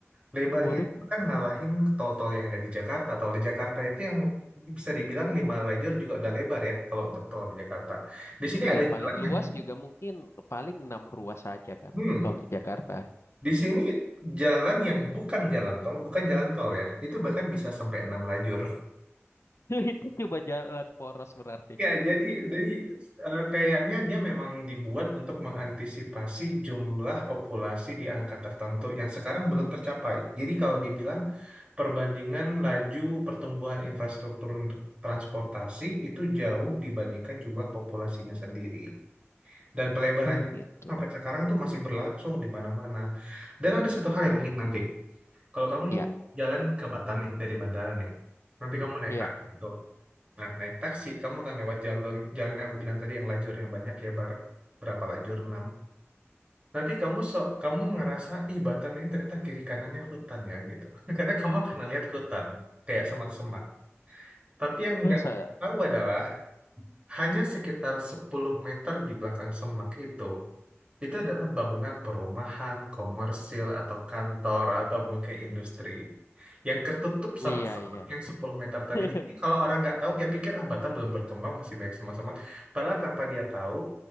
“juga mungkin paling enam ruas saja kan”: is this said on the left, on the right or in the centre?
Left